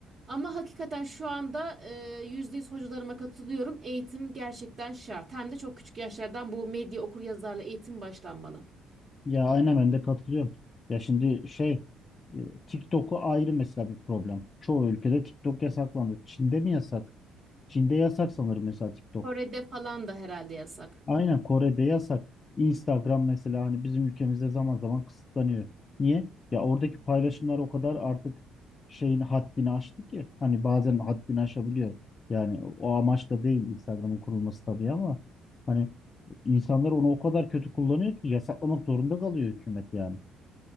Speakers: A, on the right; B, on the left.
A: Ama hakikaten şu anda e, %100 hocalarıma katılıyorum. Eğitim gerçekten şart. Hem de çok küçük yaşlardan bu medya okuryazarlı eğitim başlanmalı.
B: Ya aynen ben de katılıyorum. Ya şimdi şey e, TikTok'u ayrı mesela bir problem. Çoğu ülkede TikTok yasaklandı. Çin'de mi yasak? Çin'de yasak sanırım mesela TikTok.
A: Kore'de falan da herhalde yasak.
B: Aynen Kore'de yasak. Instagram mesela hani bizim ülkemizde zaman zaman kısıtlanıyor. Niye? Ya oradaki paylaşımlar o kadar artık şeyin haddini aştı ki hani bazen haddini aşabiliyor. Yani o amaçla değil Instagram'ın kurulması tabii ama hani insanlar onu o kadar kötü kullanıyor ki yasaklamak zorunda kalıyor hükümet yani.